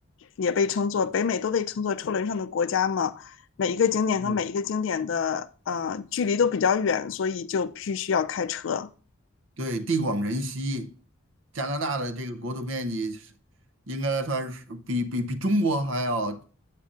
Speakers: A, on the left; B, on the right.
A: 也被称作北美都被称作车轮上的国家嘛，每一个景点和每一个景点的呃距离都比较远，
B: 嗯
A: 所以就必须要开车。
B: 对，地广人稀，加拿大的这个国土面积是应该算是比比比中国还要